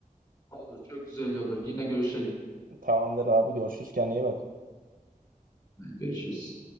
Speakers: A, on the left; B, on the right.
A: Olur. Çok güzel olur. Yine görüşelim.
B: Tamamdır abi görüşürüz kendine iyi bak.
A: Görüşürüz.